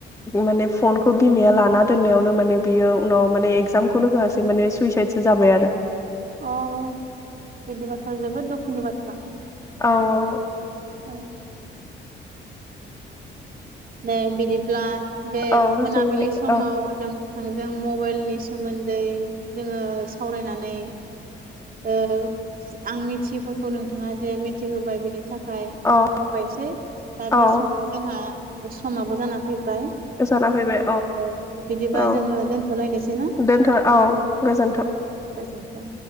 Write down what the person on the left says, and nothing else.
माने फनखौ बिमाया लाना दोननायावनो माने बियो उनाव माने एगजामखौनो होआासै माने सुइसाइदसो जाबाय आरो।
औ औ।
औ
जोंनि
औ
औ
औ
जाना फैबाय
औ
दोनथ' औ गोजोन्थों